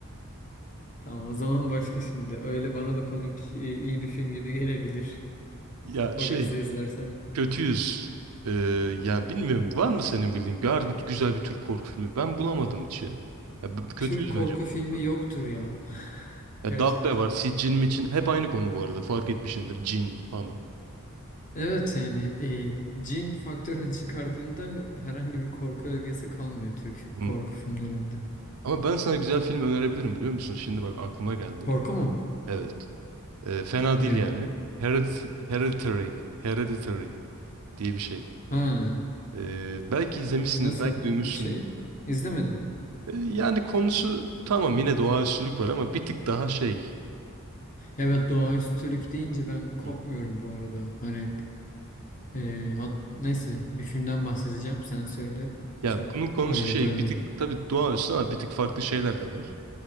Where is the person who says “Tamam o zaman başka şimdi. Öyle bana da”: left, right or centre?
Left